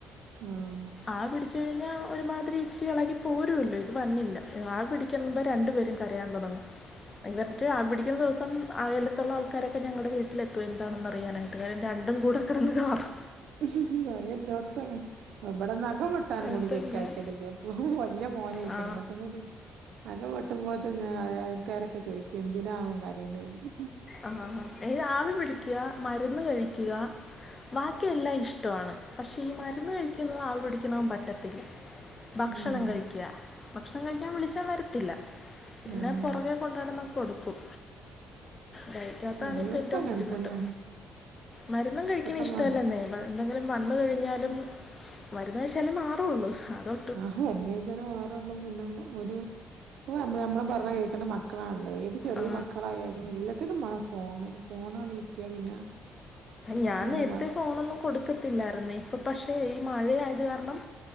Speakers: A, on the right; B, on the left.
A: ആഹ്
B: ആവി പിടിച്ചുകഴിഞ്ഞ ഒരുമാതിരി ഇച്ചിരി എളകി പോരൂല്ല ഇത് വന്നില്ല. ആവി പിടിക്ക്മ്പ രണ്ടുപേരും കരയാൻതുടങ്ങും. ഇവർടെ ആവി പിടിക്കുന്ന ദിവസം അയലത്തുള്ള ആൾക്കാരൊക്കെ ഞങ്ങളുടെ വീട്ടിലെത്തും എന്താണെന്ന് അറിയാന അന്നേരം രണ്ടുകൂടെ കെടന്ന് കാട്ട്
A: അഹ് എല്ലോട്ത്തും അങ്ങെൻ അത് ഇബടെ നഖം വെട്ടാനുംകൂടി
B: അതാണ്
A: ശെര്ക്കയ്ക്കലില്ലപ്പം
B: ഞാൻ
A: വല്യെ മോനെയിക്ക്ണ്
B: ആ
A: ഇങ്ങട്ടുംകൂടി നഖംവെട്ടുമ്പോത്തിനു ഞാൻ അയൽക്കാരൊക്കെ ചോയിച്ചു എന്തിനാ അവൻ കരയുന്നേന്ന്
B: ആഹാ ഹാ ഇവന് ആവി പിടിക്ക മരുന്ന് കഴിക്കുക ബാക്കിയെല്ലാം ഇഷ്ടവാണ്. പക്ഷേ ഈ മരുന്ന് കഴിക്കുന്നതും ആവിപിടിക്ക്ണതും പറ്റത്തില്ല ഭക്ഷണം
A: ആഹ്
B: കഴിക്കുക ഭക്ഷണം കഴിക്കാൻ വിളിച്ചാൽ വരത്തില്ല പിന്നെ
A: ആഹ്
B: പുറകെ കൊണ്ട് നടന്നോകെ കൊടുക്കും കഴിക്കാത്താണ്
A: എല്ലോട്ത്തും
B: ഇപ്പ ഏറ്റവും
A: അങ്ങനെ
B: ബുദ്ധിമുട്ട്
A: തന്നെയാണ്
B: മരുന്നും കഴിക്കണ
A: ഇപ്പത്തെ
B: ഇഷ്ടമല്ലന്നെ
A: മ
B: എന്തെങ്കിലും വന്ന് കഴിഞ്ഞാലും മരുന്ന് കഴിച്ചാൽ മാറുവോള്ള് അതൊ
A: ആഹ് മറന്നുകഴിച്ചല്ലേ മാറുവോളളു പിന്നെ ഒരു ഓ നമ്മള് പറഞ്ഞ കേൾകണ മക്കളാണ് ഏത് ചെറിയ
B: ആ,
A: മക്കളായാലും എല്ലാത്തിനും മ്മാണംഫോണ് ഫോണണ് കിട്ടിയ പിന്നെ
B: ഞാൻ
A: ആഹ്
B: നേരത്തെ ഫോണൊന്നും കൊടുക്കത്തില്ലായിരുന്നു ഇപ്പൊ പക്ഷേ ഈ മഴയത് കാരണം